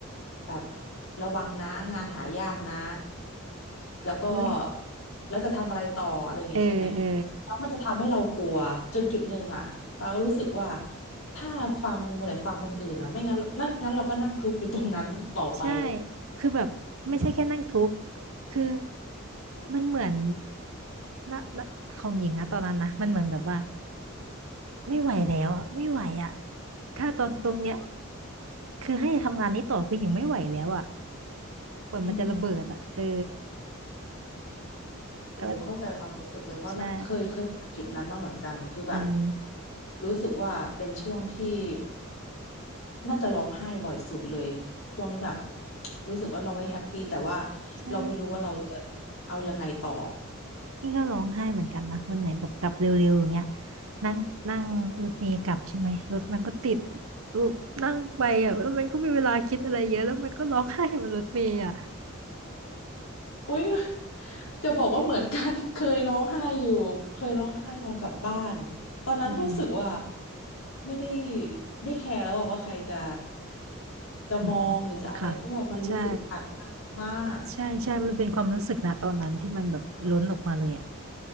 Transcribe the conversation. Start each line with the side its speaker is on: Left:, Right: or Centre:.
Left: แบบระวังนะงานหายากนะแล้วก็
Right: อุ้ย
Left: แล้วจะทำอะไรต่ออะไรอย่างงี้ใช่ไหม
Right: เออเออ
Left: แล้วมันจะทำให้เรากลัวจนจุดหนึ่งอ่ะปาก็รู้สึกว่าถ้าฟังหมดแต่ฟังคนอื่นนะไม่งั้นนั่นงั้นเราก็นั่งทุกข์อยู่ตรงนั้นต่อไป
Right: ใช่คือแบบไม่ใช่แค่นั่งทุกข์คือมันเหมือนนะนะของหญิงนะตอนนั้นนะมันเหมือนแบบว่าไม่ไหวแล้วอ่ะไม่ไหวอ่ะถ้าตอนตรงเนี้ยคือให้ทำงานนี้ต่อคือหญิงไม่ไหวแล้วอ่ะเหมือนมันจะระเบิดอ่ะเออ
Left: อืมอืม โอ้เข้าใจความรู้สึกเลยเพราะน่ะเคยเคยผ่านจุดนั้นมาเหมือนกัน
Right: แต่ว่าใช่
Left: คือแบบ
Right: อืม
Left: รู้สึกว่าเป็นช่วงที่น่าจะร้องไห้บ่อยสุดเลยช่วงที่แบบรู้สึกว่าเราไม่แฮปปี้แต่ว่า
Right: ใช่
Left: เราไม่รู้ว่าเราจะเอายังไงต่อ
Right: นี่ก็ร้องไห้เหมือนกันนะวันไหนแบบกลับเร็วๆอย่างเงี้ยนั่งนั่งรถเมล์กลับใช่ไหมรถมันก็ติดแบบนั่งไปอ่ะแล้วมันก็มีเวลาคิดอะไรเยอะแล้วมันก็ร้องไห้บนรถเมล์อ่ะ
Left: อุ๊ยจะบอกว่าเหมือนกัน <laughs> เคยร้องไห้อยู่เคยร้องไห้ตอนกลับบ้านตอนนั้นรู้สึกว่า
Right: อืมอืม
Left: ไม่ได้ไม่แคร์แล้วอะว่าใครจะจะมองหรือจะอะไรเพราะแบบมันรู้สึกอัดอั้นมาก
Right: อืมอืมค่ะใช่ใช่ใช่มันเป็นความรู้สึกนะตอนนั้นที่มันแบบล้นออกมาเลยอ่ะ